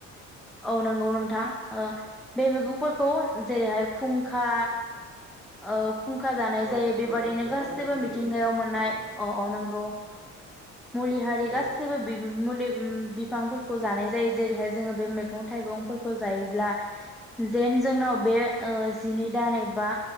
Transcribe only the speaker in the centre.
औ नंगौ नोंथां ओ बे मैगंफोरखौ जेरैहाय खुंखा ओ खुंखा जानाय
जायो
बेबादिनो
गासैबो
मिथिंगायाव मोननाय
अ अ नांगौ मुलि हारि गासैबो
बि मुलि उम बिफांफोरखौ जानाय जायो जेरैहाय जोङो बे मैगं थाइगंफोरखौ जायोब्ला जेन जोंनाव बे ओ जिनै दान एबा